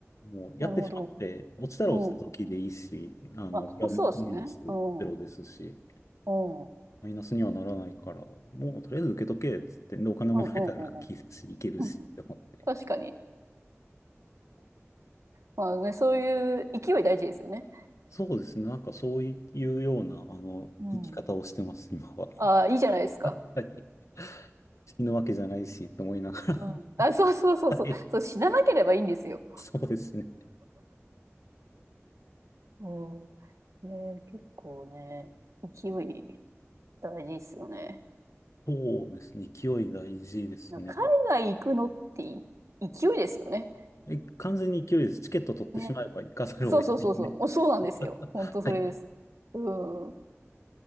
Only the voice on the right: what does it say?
なるほど。
うん。
あ、まあそうですね。
うん。うん。うん。
うん。うん。
うん。確かに。まあね、そういう勢い大事ですよね。
うん。
ああ、いいじゃないですか。
うん。あ、そうそうそうそう。
そう、死ななければいいんですよ。
うん。ね、結構ね、勢い大事ですよね。
うん海外行くのってい勢いですよね。
ね。そうそうそうそう。もうそうなんですよ。
本当それです。
うん。